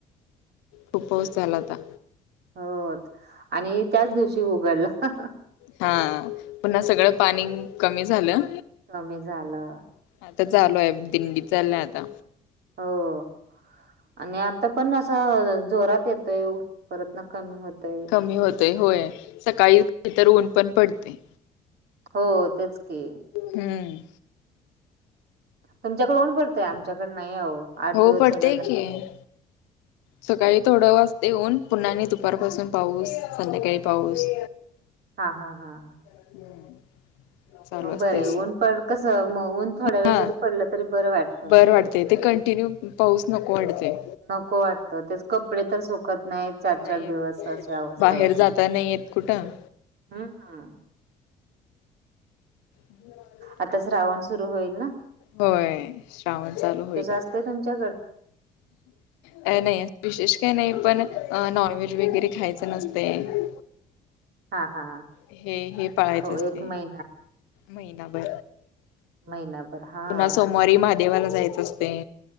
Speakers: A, on the left (about 70°); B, on the right (about 55°).
A: खूप पाऊस झाला होता.
B: हो आणि त्याच दिवशी उघडला.
A: हा पुन्हा सगळं पाणी कमी झालं.
B: कमी झालं.
A: आता चालू ये दिंडी चालू ये आता
B: हो. आणि आता पण असं जोरात यतोय परत ना कमी होतय.
A: कमी होते होय सकाळी तर ऊन पण पडते.
B: हो तेच की
A: हम्म.
B: तुमच्याकड ऊन पडतय आमच्याकड नाही आहो आठ
A: हो
B: दिवस
A: पडतेय
B: झालं नाही.
A: की. सकाळी थोडं वाजतय ऊन पुन्हा नी दुपारपासून पाऊस संध्याकाळी पाऊस
B: हा हा हा ह.
A: <inaudible> चालू असतेय
B: बरं आहे.
A: अस
B: ऊन पण कसं मग ऊन थोड्या वेळ
A: हा
B: जरी पडलं तरी बरं वाटतं.
A: बर वाटते ते कंटिन्यू पाऊस नको वाढतेय.
B: नको वाटत तेच कपडे तर सुकत नाहीत. चार
A: नाहीय
B: चार दिवस अशी अवस्था
A: बाहेर
B: होते.
A: जाता नाही येत कुठं.
B: हम्म.
A: <unintelligible>
B: आता श्रावण सुरु होईल न.
A: होय श्रावण चालू होईल आता.
B: असतय तुमच्याकड?
A: काही नाही अस विशेष काही नाही पण नॉनव्हेज वगैरे खायचं नसत ये.
B: हा हा.
A: हे हे पाळायचं
B: हो
A: असते
B: महिना
A: महिनाभर.
B: महिनाभर हां,
A: पुन्हा सोमवारी महादेवाला जायचं असते.